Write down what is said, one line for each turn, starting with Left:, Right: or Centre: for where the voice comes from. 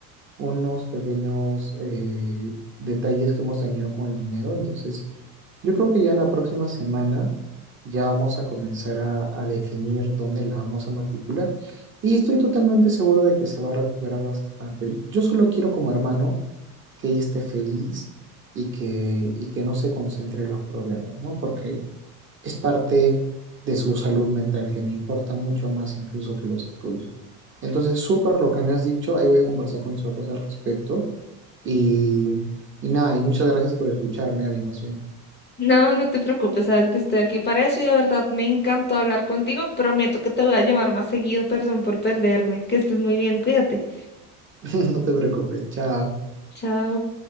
Right: unos pequeños eh, detalles que hemos tenido con el dinero. Entonces, yo creo que ya la próxima semana ya vamos a comenzar a, a definir dónde la vamos a matricular. Y estoy totalmente seguro de que se va a recuperar bastante. Yo solo quiero como hermano que ella esté feliz y que, y que no se concentre en los problemas, ¿no? Porque es parte de su salud mental, que me importa mucho más incluso que los estudios. Entonces, súper lo que me has dicho, ahí voy a conversar con mis papás al respecto. Y, y nada, y muchas gracias por escucharme, Abby, más bien.
Left: No, no te preocupes, sabes que estoy aquí para eso y de verdad me encantó hablar contigo. Prometo que te voy a llamar más seguido, perdón por perderme. Que estés muy bien, cuídate.
Right: <laughs> No te preocupes, chao.
Left: Chao.